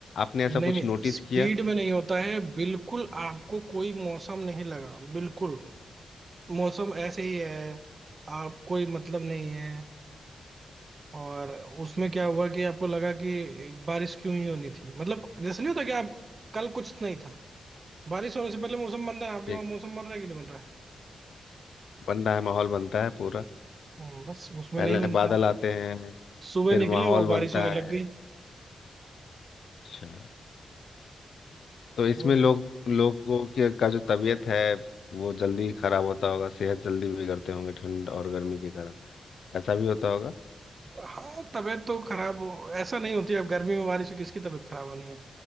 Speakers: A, on the left; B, on the right.
A: आपने ऐसा
B: नहीं
A: कुछ
B: नहीं
A: नोटिस
B: स्पीड
A: किया
B: में नहीं होता है बिल्कुल आपको कोई मौसम नहीं लगा बिल्कुल मौसम ऐसे ही है आप कोई मतलब नहीं है और उसमें क्या हुआ कि आपको लगा कि बारिश क्यों ही होनी थी मतलब जैसे नहीं होता कि आप कल कुछ नहीं था बारिश होने से पहले मौसम बनता है आपके
A: एक
B: वहां मौसम बन रहा है कि नहीं बन रहा है
A: बन रहा है माहौल बनता है पूरा
B: हम्म, बस उसमें
A: पहले
B: नहीं बनता
A: बादल
B: है
A: आते हैं
B: सुबह
A: फिर
B: निकले
A: माहौल
B: वो
A: बनता
B: बारिश होने
A: है
B: लग गई
A: अच्छा तो
B: तो
A: इसमें
B: वो है
A: लोग लोगों की का जो तबीयत है वो जल्दी खराब होता होगा सेहत जल्दी बिगड़ते होंगे ठंड और गर्मी के कारण ऐसा भी होता होगा
B: हाँ तबीयत तो खराब हो ऐसा नहीं होती अब गर्मी में बारिश से किसकी तबीयत खराब होनी है